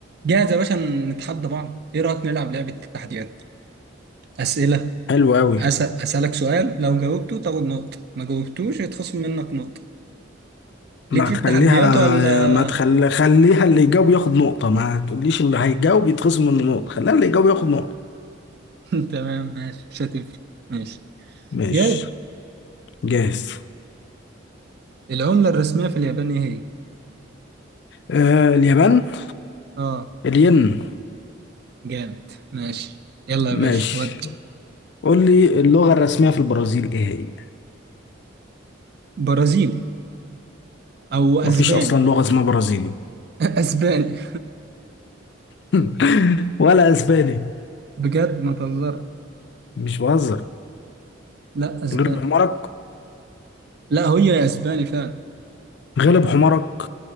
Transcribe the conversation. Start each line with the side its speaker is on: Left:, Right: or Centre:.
Right: جاهز يا باشا نتحدى بعض ايه رأيك نلعب لعبة تحديات أسئلة
Left: حلو قوي
Right: أس... أسألك سؤال لو جاوبته تاخد نقطة ما جاوبتوش يتخصم منك نقطة
Left: ما
Right: ليك في
Left: تخليها
Right: التحديات ولا
Left: ما تخلي خليها اللي يجاوب ياخد نقطة ما تقوليش اللي هيجاوب يتخصم منه نقطة خليها اللي يجاوب ياخد نقطة
Right: <laughs> تمام ماشي مش هتفرق ماشي
Left: ماشي
Right: جاهز
Left: جاهز
Right: العملة الرسمية في اليابان ايه هي
Left: آه اليابان
Right: اه
Left: الين
Right: جامد ماشي يلا يا
Left: ماشي
Right: باشا ودي
Left: قول لي اللغة الرسمية في البرازيل ايه هي
Right: برازيلي او اسباني
Left: مفيش اصلا لغة اسمها برازيلي
Right: <laughs> اسباني
Left: <laughs> ولا اسباني
Right: <laughs> بجد ما تهزر
Left: مش بهزر
Right: لا اسباني
Left: غلب حمارك
Right: لا هي اسباني فعلا
Left: غلب حمارك